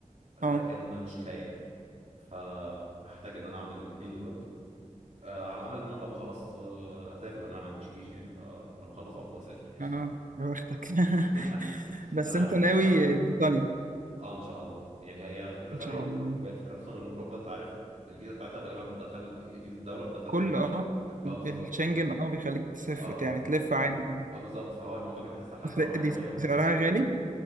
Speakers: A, on the right; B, on the right.
A: لكن
B: اه
A: مش كفايه يعني فهحتاج ان انا اعمل الاثنين دولت آه على امل ان انا لما اخلص آه اسافر لان انا ما عنديش جيش يعني فلما اخلص على طول اسافر يعني
B: اه يا بختك
A: <laughs>
B: <laughs> بس
A: انا عارف
B: انت ناوي
A: ان انت عن
B: بريطانيا
A: اه ان شاء الله يعني هي بريطانيا
B: ان شاء
A: و-
B: الله
A: وهي الفكره اصلا ان اوروبا انت عارف الفيزا بتاعتها غالبا بتدخل فيزا الدوله بتدخل
B: كل
A: دول كتير
B: اه
A: اه
B: ال-
A: بالظبط
B: الشنجن اه بيخليك تسافر
A: اه
B: يعني
A: اه
B: تلف عادي
A: اه بالظبط فهو الموضوع بيبقى اسهل حتى
B: بس
A: لو
B: دي
A: انا عايز
B: دي
A: اغير بعدها
B: سعرها غالي